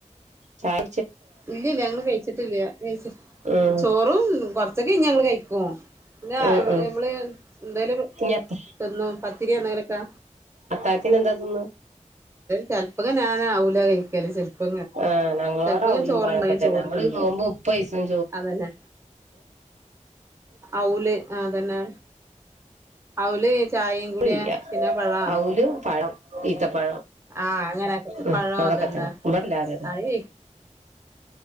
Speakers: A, on the right; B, on the right.
A: ശായ
B: ഇല്ലല്ല ഞങ്ങൾ കഴിച്ചിട്ടില്ല കഴിച്ച
A: ഉം
B: ചോറും കൊറച്ചൊക്കെ കഴഞ്ഞ് ഞങ്ങള്ൾ കഴിക്കുവോ പിന്നാ
A: ഉം ഉം
B: നമ്മള് എന്തായാലും
A: ഇനി അത്ത
B: തന്നു പത്തിരി എന്തെങ്കിലൊക്കെ
A: അത്താത്തിന് എന്താ തിന്നാ
B: ചെിലപ്പ ഞൻ ആല കഴിക്കല് ചെപ്പ
A: ആഹ് ഞങ്ങളോട
B: ഇപ്പ ഇങ്ങനെ
A: അവലും
B: ചോറണ്ട്
A: പഴൊക്കെ
B: അങ്ങനെ
A: തന്നെ
B: ചോറ്ണ്ട്
A: ഞങ്ങള് നോമ്പ് മുപ്പയിസം
B: അതന്നെ ഔല ആ തന്നെ ഔല ചായയും
A: ചോറില്ല
B: കൂടെിയ പിന്നെ പഴം
A: അവലും പഴം ഈത്തപ്പഴം
B: ആഹ അങ്ങനെയക്ക
A: ഉം
B: പഴ
A: അതൊക്കെ
B: തന്നെ
A: ഇവിടെ എല്ലാരും അതാ
B: അതെ